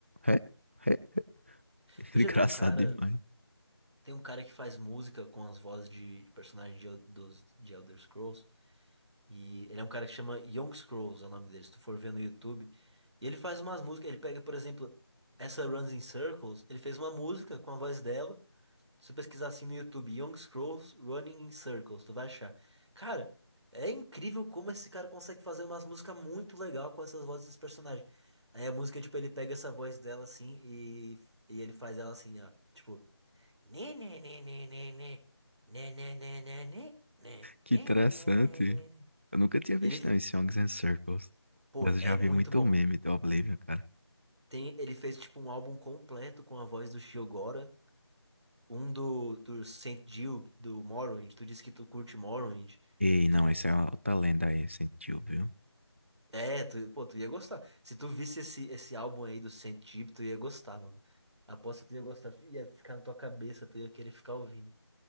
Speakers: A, on the right; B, on the right.
A: hé, hé, hé". <laughs>
B: tu
A: engraçado
B: já viu um cara.
A: demais.
B: Tem um cara que faz música com as vozes de personagens de, El- dos, de Elder Scrolls. E ele é um cara que chama Young Scrolls, é o nome dele, se tu for ver no YouTube. E ele faz umas músicas, ele pega, por exemplo, essa Runs in Circles, ele fez uma música com a voz dela. Se tu pesquisar assim no YouTube, Young Scrolls Running in Circles, tu vai achar. Cara, é incrível como esse cara consegue fazer umas músicas muito legal com essas vozes dos personagens. Aí a música, tipo, ele pega essa voz dela assim e, e ele faz ela assim, ó, tipo, né, né, né, né, né, né, né, né, né, né, né, né,
A: Que interessante.
B: né, né, né, né, né.
A: Eu nunca tinha
B: Ele
A: visto, não, esse Songs and Circles.
B: Pô,
A: Mas eu
B: é
A: já
B: muito
A: vi muito
B: bom.
A: meme do Oblivion, cara.
B: Tem, ele fez tipo um álbum completo com a voz do Shio Gora, um do, do Saint Jill, do Morrowind. Tu disse que tu curte Morrowind.
A: Ei,
B: Tu,
A: não, isso é uma outra lenda aí, sentiu, viu?
B: é, tu, pô, tu ia gostar. Se tu visse esse, esse álbum aí do Saint Jill, tu ia gostar, mano. Aposto que tu ia gostar, ia ficar na tua cabeça, tu ia querer ficar ouvindo.